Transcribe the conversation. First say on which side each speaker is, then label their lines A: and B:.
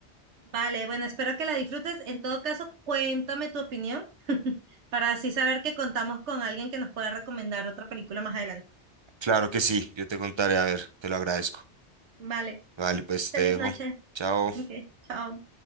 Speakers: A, on the right (about 75°); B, on the right (about 30°).
A: Vale, bueno, espero que la disfrutes. En todo caso, cuéntame tu opinión para así saber que contamos con alguien que nos pueda recomendar otra película más adelante.
B: Claro que sí, yo te contaré. A ver, te lo agradezco.
A: Vale,
B: Vale, pues
A: feliz
B: te dejo.
A: noche.
B: Chao.
A: Ok, chao.